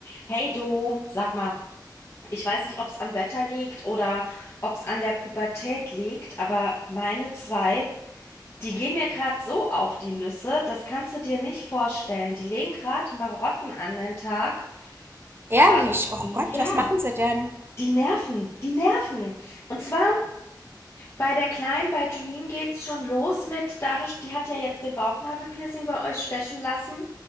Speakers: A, on the left; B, on the right.
A: Hey du, sag mal, ich weiß nicht, ob es am Wetter liegt oder ob es an der Pubertät liegt, aber meine zwei, die gehen mir gerade so auf die Nüsse, das kannst du dir nicht vorstellen. Die legen gerade Marotten an den Tag,
B: Ehrlich?
A: aber
B: Oh
A: äh,
B: Gott,
A: ja,
B: was machen sie denn?
A: die nerven, die nerven. Und zwar bei der Kleinen, bei Julien geht's schon los mit, dadurch, die hat ja jetzt den Bauchnabelpiercing bei euch stechen lassen